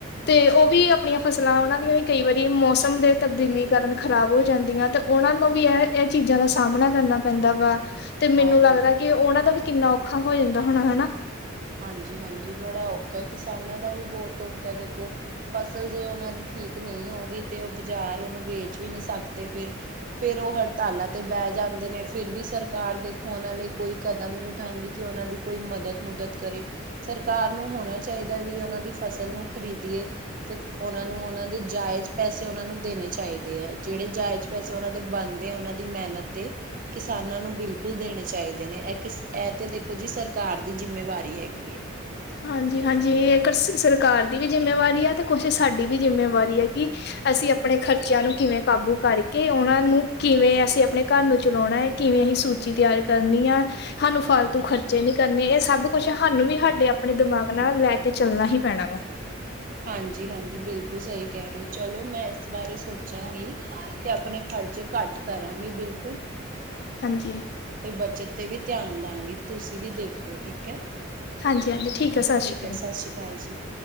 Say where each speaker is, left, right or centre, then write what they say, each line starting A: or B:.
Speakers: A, on the left (about 55°); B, on the right (about 40°).
A: ਤੇ ਉਹ ਵੀ ਆਪਣੀਆਂ ਫਸਲਾਂ ਉਹਨਾਂ ਦੀਆਂ ਵੀ ਕਈ ਵਾਰੀ ਮੌਸਮ ਦੇ ਤਬਦੀਲੀ ਕਾਰਨ ਖ਼ਰਾਬ ਹੋ ਜਾਂਦੀਆਂ, ਤੇ ਉਹਨਾਂ ਨੂੰ ਵੀ ਇਹ-ਇਹ ਚੀਜ਼ਾਂ ਦਾ ਸਾਹਮਣਾ ਕਰਨਾ ਪੈਂਦਾ ਵਾ। ਤੇ ਮੈਨੂੰ
B: ਆਹੋ।
A: ਲੱਗਦਾ ਕਿ ਉਹਨਾਂ ਦਾ ਵੀ ਕਿੰਨਾ ਔਖਾ ਹੋ ਜਾਂਦਾ ਹੋਣਾ ਹਨਾ।
B: ਹਾਂਜੀ-ਹਾਂਜੀ ਬੜਾ ਔਖਾ ਕਿਸਾਨਾਂ ਦਾ ਵੀ ਬਹੁਤ ਔਖਾ ਦੇਖੋ ਫਸਲ ਜੇ ਉਹਨਾਂ ਦੀ ਠੀਕ ਨਹੀਂ ਹੋਊਗੀ, ਤੇ ਉਹ ਬਾਜ਼ਾਰ ਉਹਨੂੰ ਵੇਚ ਵੀ ਨੀ ਸਕਦੇ ਫਿਰ ਫੇਰ ਉਹ ਹੜਤਾਲਾਂ ਤੇ ਬਹਿ ਜਾਂਦੇ ਨੇ, ਫਿਰ ਵੀ ਸਰਕਾਰ ਦੇਖੋ ਓਹਨਾ ਲਈ ਕੋਈ ਕਦਮ ਨਹੀਂ ਉਠਾਉਂਦੀ ਕਿ ਉਹਨਾਂ ਦੀ ਕੋਈ ਮਦਦ-ਮੁਦਦ ਕਰੇ ਸਰਕਾਰ ਨੂੰ ਹੋਣਾ ਚਾਹੀਦਾ ਐ ਵੀ ਉਹਨਾਂ ਦੀ ਫਸਲ ਨੂੰ ਖ਼ਰੀਦੀਏ ਤੇ ਉਹਨਾਂ ਨੂੰ ਉਹਨਾਂ ਦੇ ਜਾਇਜ਼ ਪੈਸੇ, ਉਹਨਾਂ ਨੂੰ ਦੇਣੇ ਚਾਹੀਦੇ ਐ ਜਿਹੜੇ ਜਾਇਜ਼ ਪੈਸੇ ਉਹਨਾਂ ਦੇ ਬਣਦੇ ਆ, ਉਹਨਾਂ ਦੀ ਮਿਹਨਤ ਦੇ ਕਿਸਾਨਾਂ ਨੂੰ ਬਿਲਕੁਲ ਦੇਣੇ ਚਾਹੀਦੇ ਨੇ, ਇਹ-ਇਹ ਤੇ ਦੇਖੋ ਜੀ ਸਰਕਾਰ ਦੀ ਜਿੰਮੇਵਾਰੀ ਹੈਗੀ ਏ।
A: ਹਾਂਜੀ-ਹਾਂਜੀ ਸਰਕਾਰ ਦੀ ਵੀ ਜਿੰਮੇਵਾਰੀ ਆ, ਤੇ ਕੁਛ ਸਾਡੀ ਵੀ ਜਿੰਮੇਵਾਰੀ ਐ ਕਿ ਅਸੀਂ ਆਪਣੇ ਖਰਚਿਆਂ ਨੂੰ ਕਿਵੇਂ ਕਾਬੂ ਕਰਕੇ ਉਹਨਾਂ ਨੂੰ, ਕਿਵੇਂ ਅਸੀਂ ਆਪਣੇ ਘਰ ਨੂੰ ਚਲਾਉਣਾ ਐ। ਕਿਵੇਂ ਅਸੀਂ ਸੂਚੀ ਤਿਆਰ ਕਰਨੀ ਐ। ਸਾਨੂੰ ਫਾਲਤੂ ਖਰਚੇ ਨੀ ਕਰਨੇ ਇਹ ਸਭ ਕੁਛ ਸਾਨੂੰ ਵੀ ਸਾਡੇ ਆਪਣੇ ਦਿਮਾਗ ਨਾਲ ਲੈ ਕੇ ਚੱਲਣਾ ਹੀ ਪੈਣਾ ਵਾ
B: ਹਾਂਜੀ-ਹਾਂਜੀ ਬਿਲਕੁਲ ਸਹੀ ਕਹਿ ਰਹੇ ਹੋ ਚਲੋ ਮੈਂ ਇਸ ਬਾਰੇ ਸੋਚਾਂਗੀ ਤੇ ਆਪਣੇ ਖਰਚੇ ਘੱਟ ਕਰਾਂਗੀ ਬਿਲਕੁਲ,
A: ਹਾਂਜੀ
B: ਤੇ ਬੱਚਤ ਤੇ ਵੀ ਧਿਆਨ ਦਾ ਗੀ। ਤੁਸੀਂ ਵੀ ਦੇਖਿਓ ਠੀਕ ਐ,
A: ਹਾਂਜੀ ਹਾਂਜੀ ਹੈ ਸ਼੍ਰੀ
B: ਠੀਕ
A: ਅਕਾਲ
B: ਐ ਸਤਿ ਸ੍ਰੀ ਅਕਾਲ ਜੀ।